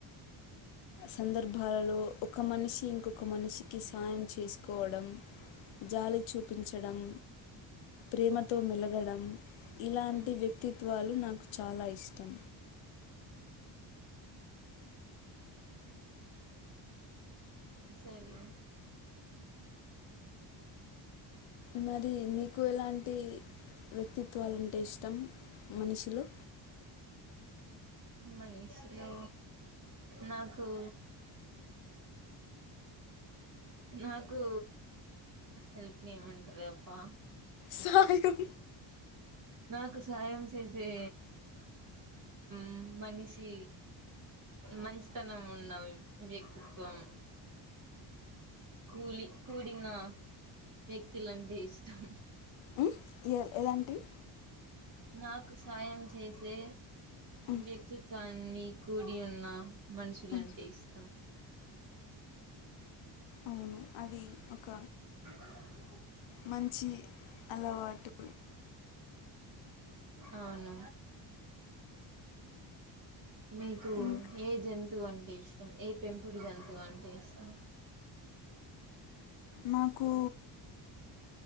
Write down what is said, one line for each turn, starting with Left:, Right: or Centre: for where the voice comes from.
Left: సందర్భాలలో ఒక మనిషి ఇంకొక మనిషికి సాయం చేసుకోవడం జాలి చూపించడం, ప్రేమతో మెలగడం ఇలాంటి
Right: మ్మ్
Left: వ్యక్తిత్వాలు నాకు చాలా ఇష్టం.
Right: సరే
Left: మరి మీకు ఎలాంటి వ్యక్తిత్వాలుంటే ఇష్టం మనిషిలో.
Right: మనిషిలో నాకు నాకు హెల్ప్ నేమంటరే అబ్బా
Left: సాయం
Right: నాకు సాయం చేసే హ్ మనిషి మంచితనం ఉన్న వ్యక్తిత్వం కూలి కూడిన వ్యక్తులంటే ఇష్టం.
Left: ఉమ్, ఎ ఎలాంటివి?
Right: నాకు సాయం చేసే
Left: ఉమ్,
Right: వ్యక్తిత్వాన్ని కూడిఉన్నా మనుషులంటే
Left: ఉమ్,
Right: ఇస్తం.
Left: అవును అది ఒక
Right: <inaudible>
Left: మంచి అలవాటు
Right: అవును మీకు
Left: ఇంక్
Right: ఏ జంతువు అంటే ఇష్టం ఏ పెంపుడు జంతువు అంటే ఇష్టం
Left: మాకు